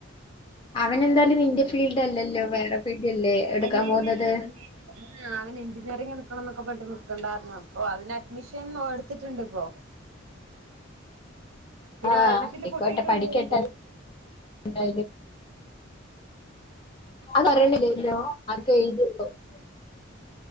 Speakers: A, on the left; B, on the right.
A: അവനെന്തായാലും നിന്റെ ഫീൽഡല്ലല്ലോ വേറെ ഫീൽഡല്ലേ എടുക്കാൻ
B: അല്ലല്ല
A: പോന്നത്
B: അവന് ആഹ് അവൻ എഞ്ചിനീയറിങ് എടുക്കണം ന്നൊക്കെ പറഞ്ഞ്ട്ട് നിക്ക്ണ്ടാർന്നു അപ്പൊ അതിന് അഡ്മിഷൻ എടുത്തിട്ട്ണ്ട് പ്പൊ പിന്നെ
A: ആഹ്
B: ഒരെണ്ണത്തില്
A: അയ്ക്കോട്ടെ
B: പൊട്ടിയിട്ടുണ്ട്
A: പഠിക്കട്ടെ ന്തായാലും അതറിയണില്ലല്ലോ അതൊക്കെ എഴുതി <unintelligible>